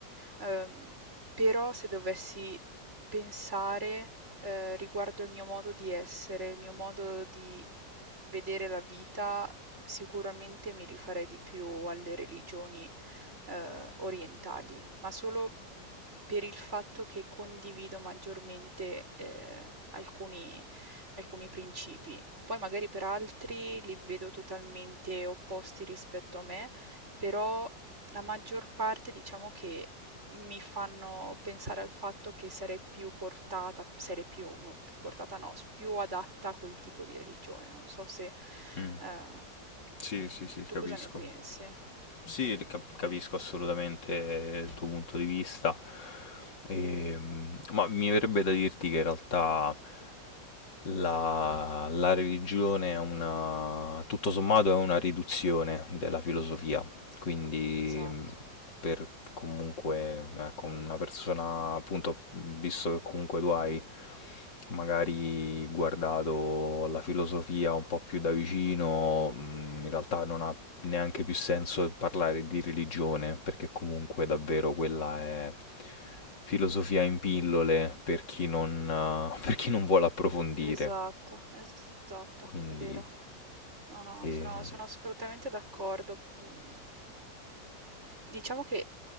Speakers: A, on the right; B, on the left.
A: Uhm, però se dovessi pensare, ehm, riguardo il mio modo di essere, il mio modo di vedere la vita, sicuramente mi rifarei di più alle religioni, uhm, orientali, ma solo per il fatto che condivido maggiormente, ehm, alcuni alcuni principi. Poi magari per altri li vedo totalmente opposti rispetto a me, però la maggior parte diciamo che mi fanno pensare al fatto che sarei più portata sarei più no, più portata no, s più adatta a quel tipo di religione. Non so se
B: Mm.
A: ehm,
B: Sì, sì,
A: mhmm,
B: sì,
A: tu
B: capisco.
A: cosa ne pensi?
B: Sì, cap- capisco assolutamente il tuo punto di vista, Ehm, ma mi verrebbe da dirti che in realtà la, la religione è una, tutto sommato è una riduzione della filosofia, quindi
A: Esatto,
B: mh, per comunque, ecco, una persona, appunto, visto che comunque tu hai magari guardato la filosofia un po' più da vicino, mh, in realtà non ha neanche più senso parlare di religione, perché comunque davvero quella è filosofia in pillole per chi non, eh, per chi non vuole approfondire.
A: esatto, es- esatto,
B: Quindi,
A: è vero. No, no,
B: eh,
A: sono, sono assolutamente d'accordo. Mm, Diciamo che